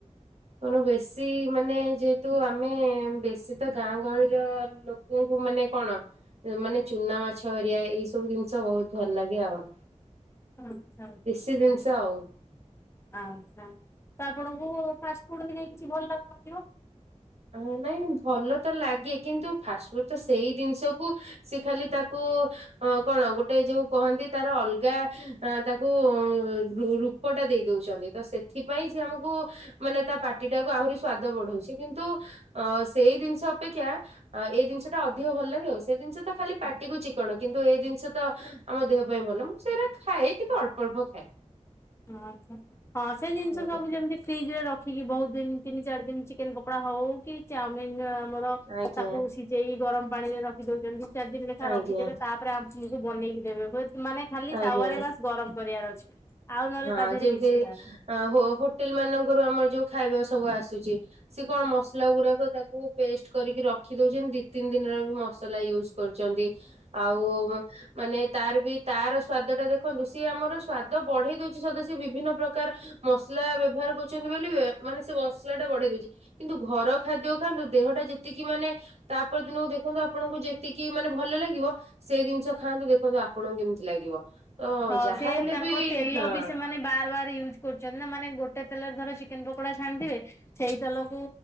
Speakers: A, on the right; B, on the left.
A: ଅଣୁ ବେଶୀ ମାନେ ଯେହେତୁ ଆମେ ବେଶୀ ତ ଗାଁ ଗହଳିର ଲୋ ତେଙ୍କୁ ମାନେ କଣ? ଏ ମାନେ ଚୁନା ମାଛ ହେରିଆ ଏଇ ସବୁ ଜିନିଷ ବହୁତ ଭଲ ଲାଗେ ଆଉ।
B: ଉଁ ହଉ।
A: ତି ବିଂଷ ଆଉ।
B: ଆଚ୍ଛା ତ ଆପଣଙ୍କୁ ଫାଷ୍ଟ ଫୁଡ୍ ହେରିଆ କିଛି ଭଲ ଲାଗୁନଥିବ?
A: ଅଁ ନାଇଁ ଭଲ ତ ଲାଗେ କିନ୍ତୁ ଫାଷ୍ଟ ଫୁଡ଼୍ ତ ସେଇ ଦିନଷକୁ ସେ ଖାଲି ତାକୁ ଅଁ କଣ ଗୋଟେ ଯୋଉ କହନ୍ତି ତାର ଅଲଗା ଅ ତାକୁ ରୁ ରୁ ପଟା ଦେଇ ଦଉଚନ୍ତି ତ ସେଥିପାଇଁ ସିଏ ଆମୁକୁ ମାନେ ତା ପାଟିଟାକୁ ଆହୁରି ସ୍ଵାଦ ବଢ଼ଉଛି କିନ୍ତୁ ଅ ସେଇ ଦିନଷ ଅପେକ୍ଷା ଅଁ ଏଇ ଦିନଷଟା ଅଧିକ ଭଲ ଲାଗେ ଆଉ ସେଇ ଦିନଷ ତ ଖାଲି ପାଟିକୁ
B: ହଁ
A: ଚି କଣ କିନ୍ତୁ ଏଇ ଦିନଷ ତ ଆମ ଦେହ ପାଇଁ ଭଲ ମୁଁ ସେରା ଖାଏ କିନ୍ତୁ ଅଳ୍ପ ଅଳ୍ପ ଖାଏ।
B: ଓ ଆଚ୍ଛା ହଁ ସେ ଜିନିଷ
A: ଆଜ୍ଞା
B: ସବୁ ଯେମତି ଫ୍ରିଜରେ ରଖିକି ବହୁତ ଦିନ ତିନି ଚାରି ଦିନ ଚିକେନ ପକୋଡା ହଉ କି ଚାମିନ ଆମର
A: ଆଜ୍ଞା
B: ତାକୁ ସିଜେଇ ଗରମ ପାଣିରେ ରଖି ଦୋଉଚନ୍ତି ଦି ଚାରି ଦିନ ଲେଖା
A: ଆଜ୍ଞା।
B: ରଖିଦେବେ ତା- ପରେ ଆମୁକୁ ବନେଇକି ଦେବେ ହୁଏ ମାନେ ଖାଲି
A: ଆଜ୍ଞା।
B: ତାୱାରେ ବାସ୍ ଗରମ କରିବାର ଅଛି। ଆଉ ନହେଲେ
A: ହଁ
B: ତା ଦେହରେ
A: ଯେମତି
B: କିଛି ନାହିଁ।
A: ଅଁ ହୋ ହୋଟେଲ ମାନଙ୍କରୁ ଆମର ଯୋଉ ଖାଇବା ସବୁ ଆସୁଚି। ସିଏ କଣ ମସଲା ଗୁରାକ ତାକୁ ପେଷ୍ଟ କରିକି ରଖି ଦୋଉଛନ୍ତି ଦି ତିନି ଦିନର ବି ମସଲା ଇଉ କରୁଚନ୍ତି ଆଉ ମାନେ ତାର ବି ତାର ସ୍ଵାଦଟା ଦେଖନ୍ତୁ ସିଏ ଆମର ସ୍ଵାଦ ବଢ଼େଇ ଦୋଉଚି ସତ ସିଏ ବିଭିନ୍ନ ପ୍ରକାର ମସଲା ବ୍ୟବହାର କରୁଚନ୍ତି ବୋଲି ବେ ମାନେ ସେ ମସଲାଟା ବଢ଼େଇ ଦୋଉଚି‌। କିନ୍ତୁ ଘର ଖାଦ୍ୟ ଖାଆନ୍ତୁ ଦେହଟା ଯେତିକି ମାନେ ତାପର ଦିନକୁ ଦେଖନ୍ତୁ ଆପଣଙ୍କୁ ଯେତିକି ମାନେ ଭଲ ଲାଗିବ ସେ ଜିନିଷ ଖାଆନ୍ତୁ ଦେଖନ୍ତୁ ଆପଣ କେ ଲାଗିବ ତ
B: ହଁ
A: ଯାହା
B: ସେ
A: ହେଲେ
B: ତାଙ୍କ
A: ବି
B: ତେଲ
A: ହଁ।
B: ବି ସେମାନେ ବାର ବାର ୟୁଜ କରୁଚନ୍ତି ନା ମାନେ ଗୋଟେ ତେଲରେ ଧର ଚିକେନ ପକୋଡା ଛାଣିଥିବେ ସେଇ ତେଲକୁ